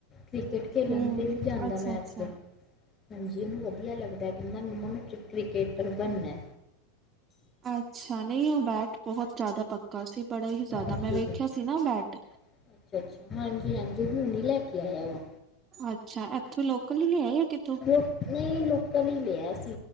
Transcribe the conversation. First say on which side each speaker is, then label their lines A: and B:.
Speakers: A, on the left; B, on the right.
A: ਕ੍ਰਿਕਟ ਖੇਲਣ
B: ਹੂੰ
A: ਡੇਲੀ ਜਾਂਦਾ
B: ਅੱਛਾ
A: ਮੈਚ
B: ਅੱਛਾ
A: ਉਧਰ। ਹਾਂਜੀ, ਉਹਨੂੰ ਵਧੀਆ ਲੱਗਦਾ, ਕਹਿੰਦਾ ਮੈਮ ਚ ਕ੍ਰਿਕਕੇਟਰ ਬਣਨਾ।
B: ਅੱਛਾ, ਨਹੀਂ ਉਹ ਬੈਟ ਬਹੁਤ ਜਿਆਦਾ ਪੱਕਾ ਸੀ, ਬੜਾ ਹੀ ਜ਼ਿਆਦਾ,
A: ਹਾਂਜੀ
B: ਮੈਂ ਵੇਖਿਆ ਸੀ ਨਾ ਬੈਟ।
A: ਅੱਛਾ ਹਾਂਜੀ -ਹਾਂਜੀ ਹੁਣ ਹੀਂ ਲੈ ਕੇ ਆਇਆ ਵਾ।
B: ਅੱਛਾ, ਇੱਥੋਂ ਲੋਕਲ ਹੀ ਲਿਆਇਆ ਕਿ
A: ਉਹ ਨੇ ਲੋਕਲ ਹੀ ਲਿਆ ਸੀ।